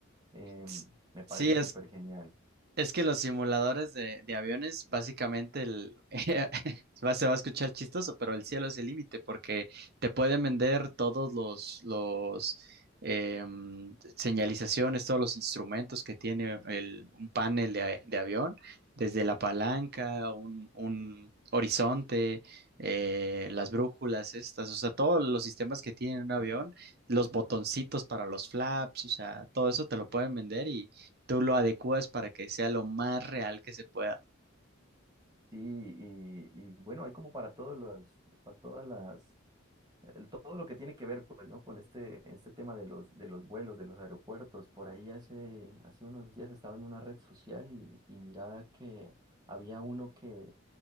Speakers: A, on the right; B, on the right.
A: em,
B: S-
A: me parece
B: Sí, es
A: súper genial.
B: Es que los simuladores de, de aviones, básicamente, el, <laughs> va- se va a escuchar chistoso, pero el cielo es el límite porque te pueden vender todos los, los em, señalizaciones, todos los instrumentos que tiene el- un panel de, a- de avión, desde la palanca, un, un horizonte, eh, las brújulas estas, o sea, todos los sistemas que tiene un avión,
A: Y,
B: los botoncitos para los flaps, o sea, todo eso te lo pueden vender tú lo adecuas para que sea lo más real que se pueda.
A: sí, y, y bueno, hay como para todos los, para todas las, el- todo lo que tiene que ver, pues, ¿no? Con este, este tema de los, de los vuelos, de los aeropuertos. Por ahí hace, hace unos días estaba en una red social y, y miraba que había uno que